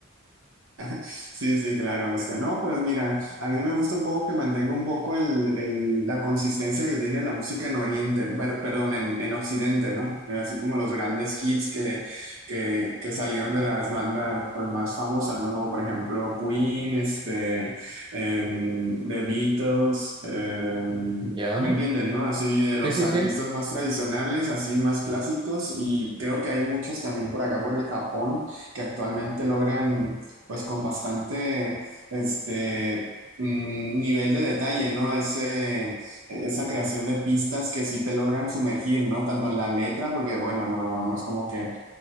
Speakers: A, on the right; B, on the right.
A: Sí, sí, claro, este, no, pues mira, a mí me gusta un poco que mantenga un poco el, el- la consistencia que tiene la música en Oriente, per- perdón, en, en Occidente, ¿no? Eh, Así como los grandes hits que, que, que salieron de las bandas pues, más famosas, ¿no? Como por ejemplo Queen, este, em, The Beatles, em,
B: Ya.
A: ¿me entienden, no? Así de los
B: Sí, sí,
A: artistas
B: sí.
A: más tradicionales, así más clásicos, y creo que hay muchos también por acá, por el Japón, que actualmente logran pues con bastante este mm, nivel de detalle, ¿no? Ese, esa creación de pistas que sí te logran sumergir, ¿no? Tanto en la letra, porque bueno, no, no es como que